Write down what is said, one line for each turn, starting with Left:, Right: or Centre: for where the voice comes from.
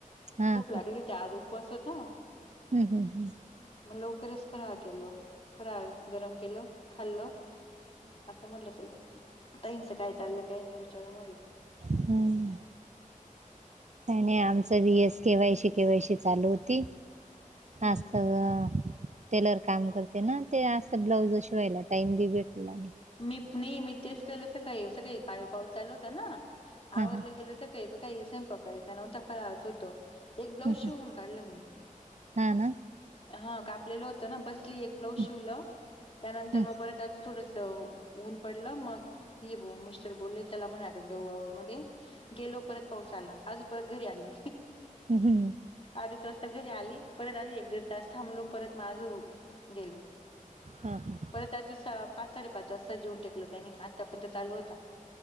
Right: हा
Left: भूकं लागली होती आंज उपवांसत नां
Right: हम्मं हम्मं
Left: मंग लवकरचं पर्वा केलं. फ्रळा गरमं केलं खांल्ल आंता म्हटलं चलां.... ताईनचं कायं चाललं कांहीं नाहीं विचांरू म्हटलं लं.
Right: हम्मं नाहीं नाहीं आणि आमचं B S K Y C K Y C चालूं होती.
Left: हम्म
Right: असस्व टेलर कामं करते नां ते असं ब्लाऊंज शिवांयला टाइम बी भेटला
Left: मी नाहीं मी तेचं केलं असं कांहीं असं कांहीं पाळी पाऊस चालूं होतां नां
Right: हां
Left: आवडलं
Right: हां
Left: गेलं असं कांहीं. कांही सं स्वयंपाक करायचां नाहीं पकडयचा नवता फांर आस होतो. एक ब्लाऊज
Right: हं
Left: शिवूंन
Right: हं
Left: काढलं मी....
Right: हां ना
Left: हा कापलेलं होतं नां बसं. एक ब्लाज शिवलं
Right: हं
Left: त्यानंतर
Right: हं
Left: मंग परंत एकदां त्यांचं थोडं ऊंन पडलं मंग. ये बं मिस्टर बोलले त्यांला म्हंणां आंता जाऊं वावरं मध्यें गेलो परंत पाऊस. आंज परंत घरी आली.
Right: हं हं
Left: अडीच वाजतां घरी आली परंत अंजू एक दीड तांस थांबलो परंत हां माजूं गेलो.
Right: हम्मं हम्मं
Left: परंत आंज पांच साडेपाच वाजतां येेऊंन टेकल त्यानी आत्ता पर्यंत चालूं होतां.